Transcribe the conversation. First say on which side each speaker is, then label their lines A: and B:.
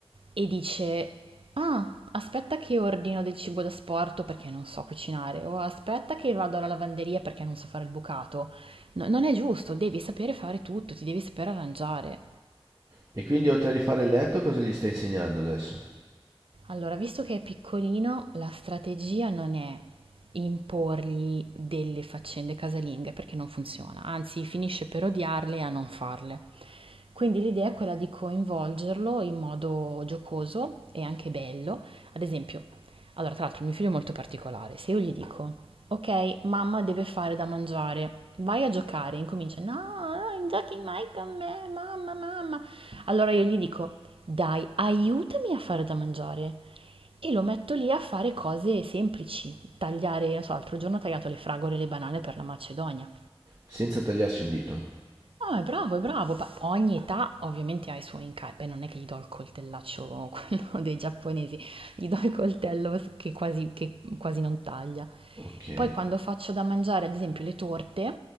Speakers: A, on the right; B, on the right.
A: e dice, ah, aspetta che ordino del cibo da sporto perché non so cucinare, o aspetta che vado alla lavanderia perché non so fare il bucato. No- non è giusto, devi sapere fare tutto, ti devi saper arrangiare.
B: E quindi oltre a rifare il letto, cosa gli stai insegnando adesso?
A: Allora, visto che è piccolino, la strategia non è imporgli delle faccende casalinghe perché non funziona, anzi finisce per odiarle e a non farle. Quindi l'idea è quella di coinvolgerlo in modo giocoso e anche bello. Ad esempio, allora, tra l'altro, mio figlio è molto particolare. Se io gli dico, ok, mamma deve fare da mangiare, vai a giocare, incomincia, no, non giochi mai con me, mamma, mamma. Allora io gli dico, dai, aiutami a fare da mangiare. E lo metto lì a fare cose semplici, tagliare, non so, l'altro giorno ho tagliato le fragole e le banane per la Macedonia.
B: Senza tagliarsi un dito.
A: Ah, è bravo, è bravo. Beh, ogni età ovviamente ha i suoi incarichi. Beh, non è che gli do il coltellaccio, <laughs> quello dei giapponesi, gli do il coltello che quasi, che quasi non taglia.
B: Ok.
A: Poi quando faccio da mangiare, ad esempio, le torte,